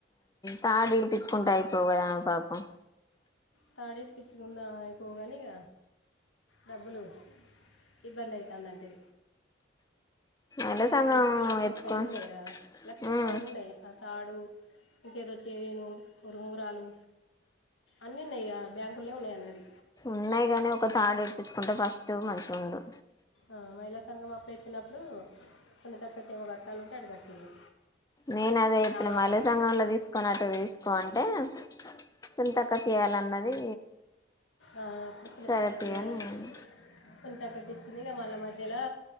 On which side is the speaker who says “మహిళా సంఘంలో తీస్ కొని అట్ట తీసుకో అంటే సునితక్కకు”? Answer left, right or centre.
Left